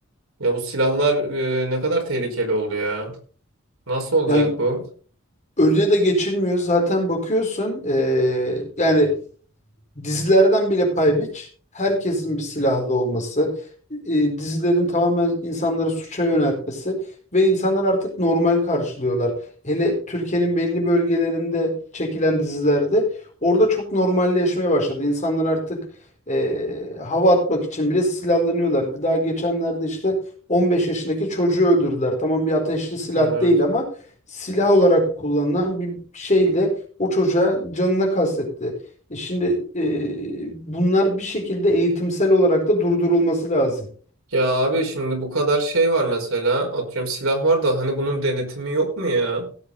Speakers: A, on the right; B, on the left.
A: Ya bu silahlar e, ne kadar tehlikeli oldu ya. Nasıl olacak
B: Yani
A: bu?
B: önüne de geçilmiyor. Zaten bakıyorsun eee, yani dizilerden bile pay biç. Herkesin bir silahlı olması, e, dizilerin tamamen insanları suça yöneltmesi ve insanlar artık normal karşılıyorlar. Hele Türkiye'nin belli bölgelerinde çekilen dizilerde orada çok normalleşmeye başladı. İnsanlar artık e, hava atmak için bile silahlanıyorlar. Daha geçenlerde işte 15 yaşındaki çocuğu öldürdüler. Tamam bir ateşli silah
A: Evet.
B: değil ama silah olarak kullanılan bir şeyle o çocuğa canına kastetti. E Şimdi e, bunlar bir şekilde eğitimsel olarak da durdurulması lazım.
A: Ya abi şimdi bu kadar şey var mesela atıyorum silah var da hani bunun denetimi yok mu ya?